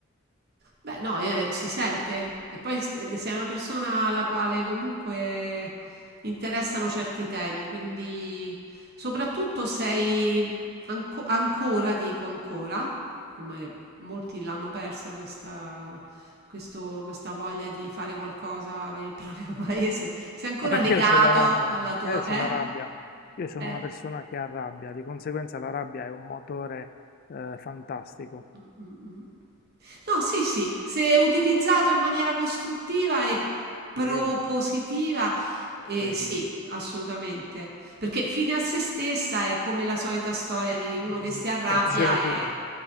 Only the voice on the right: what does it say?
Beh, no, eh, si sente. E poi s- ed- sei una persona alla quale comunque interessano certi temi, quindi soprattutto sei anco- ancora, dico ancora, come molti l'hanno persa questa, questo- questa voglia di fare qualcosa per il proprio <laughs> paese, sei ancora
legato
alla tua...
Eh?
Eh.
Mh, mh, mh. No, sì, sì, se utilizzato in maniera costruttiva e propositiva,
eh,
sì, assolutamente. Perché fine a se stessa è come la solita storia di uno
che si arrabbia
e